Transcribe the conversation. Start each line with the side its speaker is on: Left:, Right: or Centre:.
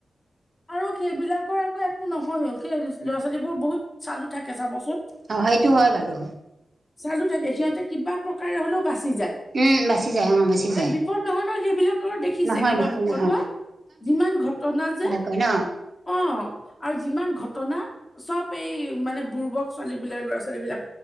Left: আৰু সেইবিলাকৰ আকৌ একো নহয়ো সেই ল'ৰা ছোৱালীবোৰ বহুত চালো থাকে চাবচোন,
Right: অ সেইটো হয় বাৰু
Left: চালো থাকে সিহঁতিক কিবা প্ৰকাৰে হ'লেও বাচি যায়।
Right: উম বাচি যায় অ বাচি যায়
Left: এ বিপদ নহয় নহয় সেইবিলাকৰ দেখিছে
Right: নহয়
Left: কিবা
Right: নহয়
Left: বিপদ
Right: নহয়
Left: হোৱা। যিমান ঘটনা যে
Right: কয় ন
Left: অ আৰু যিমান ঘটনা চব এই মানে বুৰ্বক ছোৱালী বিলাক ল'ৰা-ছোৱালী বিলাক